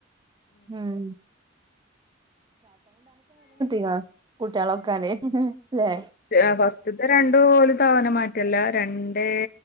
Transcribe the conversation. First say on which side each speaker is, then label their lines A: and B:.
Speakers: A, on the right; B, on the left.
A: ഉം <unintelligible> കുട്ടികളൊക്കാലേ അല്ലെ
B: ആഹ് ഫസ്റ്റ്ത്തെ രണ്ടു പോലും തവന മാറ്റല്ല രണ്ടേ